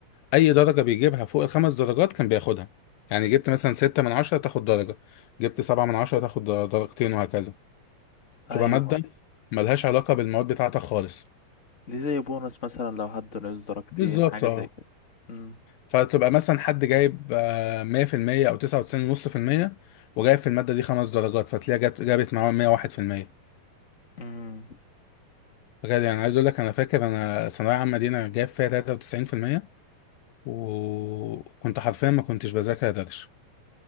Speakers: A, on the left; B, on the left.
A: اي درجه بيجيبها فوق الخمس درجات كان بياخدها يعني جبت مثلا 6 من 10 تاخد درجه جبت 7 من 10 تاخد در- درجتين وهكذا
B: ايوه
A: تبقى ماده ملهاش علاقه بالمواد بتاعتك خالص
B: دي زي بونص مثلا لو حد نقص درجتين
A: بالظبط
B: حاجة
A: اه
B: زي كده امم
A: فتبقى مثلا حد جايب آه، 100% او 99.5% وجايب في الماده دي خمس درجات فتلاقيها جت- جابت معاه 101%
B: امم
A: بجد يعني عايز اقول لك انا فاكر انا ثانويه عامه دي انا جايب فيها 93% وكنت حرفيا ما كنتش بذاكر درش